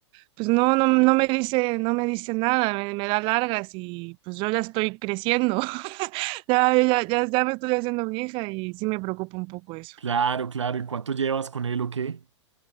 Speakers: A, on the right; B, on the right.
A: pues no, no, no me dice, no me dice nada, me, me da largas y pues yo ya estoy creciendo, <laughs> ya, ya, ya, ya me estoy haciendo vieja y sí me preocupa un poco eso.
B: Claro, claro. ¿Y cuánto llevas con él o qué?